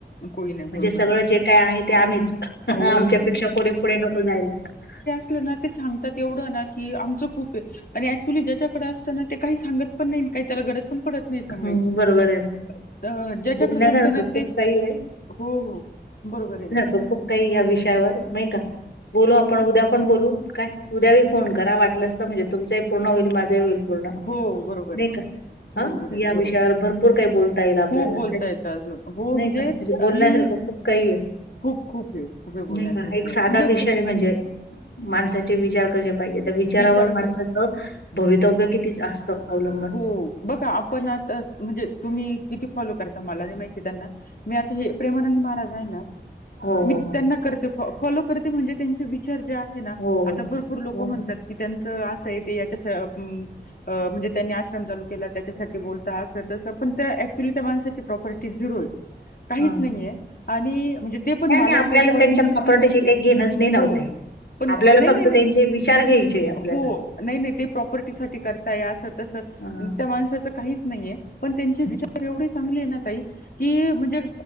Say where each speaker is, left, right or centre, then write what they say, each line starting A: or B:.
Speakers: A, on the left (about 55°); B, on the left (about 75°).
A: कोळी नाही
B: म्हणजे
A: बरोबर
B: सगळं
A: आहे.
B: जे काय आहे ते आम्हीच
A: अहो
B: आमच्यापेक्षा कोणी पुढे नको जायला.
A: आपलं ना ते सांगतात एवढं ना की आमच खूप आहे. आणि ऍक्च्युली ज्याच्याकडे असत ना, ते काही सांगत पण नाही काही त्याला गरज पण पडत नाही सांगायची
B: हं, बरोबर आहे ना.
A: अ ज्याच्याकड
B: बोलण्यासारखं
A: नसतना
B: खूप
A: तेच
B: काही आहे,
A: हो हो बरोबर आहे ना.
B: अता खूप काही या विषयावर नाही का? बोलू आपण उद्या पण बोलू. काय? उद्या बी फोन करा. वाटलंस तर म्हणजे तुमचंही पूर्ण होईल. माझाही होईल. पूर्ण
A: हो बरोबर
B: नई
A: आहे ना
B: का? हा.
A: बरोबर आहे
B: या
A: बरोबर
B: विषयावर भरपूर काही बोलता येईल आपल्याला.
A: खूप बोलता
B: काय?
A: येतं अजून हो
B: नाही का? म्हणजे बोलण्यासारखं
A: आणि
B: खूप काही आहे.
A: खूप खूप आहे खूप आहे बोलण्यासारखं
B: नाही का एक साधा
A: म्हणजे
B: विषय
A: फक्त
B: म्हणजे माणसाचे विचार कशे पाहिजे त्या विचारवर
A: विचार
B: माणसा
A: क
B: भवितव्य किती जास्त अवलंबुन
A: हो बघा आपण आता म्हणजे तुम्ही किती फॉलो करता मला नाही माहिती त्यांना मी आता हे प्रेमानंद महाराज आहे ना?
B: हो
A: मी
B: हो
A: त्यांना करते फॉ फॉलो करते म्हणजे त्यांचे विचार ज्या
B: हो हो
A: आता भरपूर लोक
B: हो
A: म्हणतात की त्यांच असंय ते तस म अ म्हणजे त्यांनी आश्रम चालू केला त्याच्यासाठी बोलता असं तसं पण त्या ऍक्च्युली त्या माणसाची प्रॉपर्टी झीरो आहे. <inaudible> काहीच
B: हा
A: नाही आहे आणि म्हणजे ते पण
B: नाही
A: मला
B: नाही आपल्याला
A: काही पर्सनली
B: त्यांच्या प्रॉपर्टीशी
A: नाही माहिती.
B: काही घेणंच नाही ना
A: हो.
B: ओ ताई
A: पण
B: आपल्याला
A: नाही
B: फक्त
A: नाही नाही
B: त्यांचे विचार घ्यायचे आपल्याला
A: हो नाही नाही ते प्रॉपर्टीसाठी करताय असं तसं त्या
B: हां.
A: माणसाच काहीच नाहीय पण त्यांचे विचार एवढे चांगले आहे ना -- ताई की म्हणजे